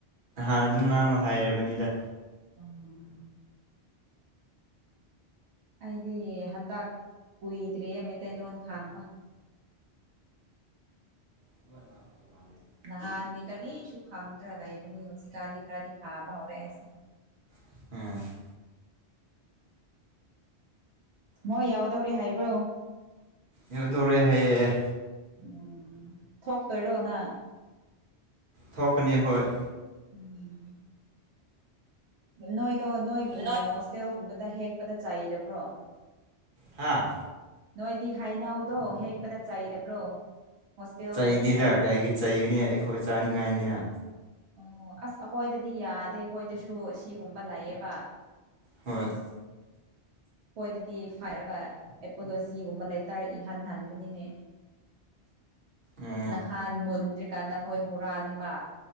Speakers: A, on the right; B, on the right.
A: ꯍꯥꯟꯅ ꯗꯨꯝ ꯉꯥꯡꯕ ꯍꯥꯏꯔꯕꯅꯤꯗ
B: <unintelligible> ꯑꯩꯗꯤ ꯍꯟꯗꯛ ꯀꯨꯏꯗ꯭ꯔꯌꯦ ꯃꯩꯇꯩꯂꯣꯟ ꯈꯥꯡꯕ
A: <unintelligible>
B: ꯅꯍꯥꯟꯗꯤ ꯀꯔꯤꯁꯨ ꯈꯪꯗ꯭ꯔꯥ ꯂꯩꯕꯅꯤ ꯍꯧꯖꯤꯛꯀꯥꯟꯗꯤ ꯈꯔꯗꯤ ꯐꯥꯥꯕ ꯍꯧꯔꯛꯦ ꯑꯩꯁꯦ
A: <unintelligible>
B: ꯃꯣꯏ ꯌꯥꯎꯗꯧꯔꯦ ꯍꯥꯏꯕ꯭ꯔꯣ
A: ꯌꯧꯗꯣꯔꯦ ꯍꯥꯏꯌꯦ
B: ꯎꯝ ꯊꯣꯛꯇꯣꯏꯔꯣ ꯅꯪ
A: ꯊꯣꯛꯀꯅꯤ ꯍꯣꯏ
B: ꯎꯝ ꯅꯣꯏꯗꯣ ꯅꯣꯏꯒꯤ
A: ꯅꯣꯏ
B: ꯍꯣꯁꯇꯦꯜꯒꯨꯝꯕꯗ ꯍꯦꯛꯄꯗ ꯆꯩꯗꯕ꯭ꯔꯣ
A: ꯍꯥꯥ
B: ꯅꯣꯏꯗꯤ ꯍꯩꯅꯧꯗꯣ ꯍꯦꯛꯄꯗ ꯆꯩꯗꯕ꯭ꯔꯣ ꯍꯣꯁꯇꯦꯜꯒꯤ
A: ꯆꯩꯗꯦꯗ
B: ꯃꯤꯅ
A: ꯀꯔꯤꯒꯤ ꯆꯩꯅꯤ ꯑꯩꯈꯣꯏ ꯆꯥꯅꯤꯡꯉꯥꯏꯅꯤꯅ
B: ꯑꯣ ꯑꯁ ꯑꯩꯈꯣꯏꯗꯗꯤ ꯌꯥꯗꯦ ꯑꯩꯈꯣꯏꯗꯁꯨ ꯁꯤꯒꯨꯝꯕ ꯂꯩꯌꯦꯕ
A: ꯍꯣꯏ
B: ꯍꯣꯏꯗꯗꯤ ꯐꯥꯏꯔꯒ ꯑꯦꯄꯣꯂꯣꯖꯤꯒꯨꯝꯕ ꯂꯦꯇꯔ ꯏꯍꯟ ꯍꯟꯕꯅꯤꯅꯦ
A: ꯎꯝ
B: ꯅꯍꯥꯟ ꯃꯨꯟꯗ꯭ꯔꯤ ꯀꯥꯟꯗ ꯍꯣꯏ ꯍꯨꯔꯥꯟꯕ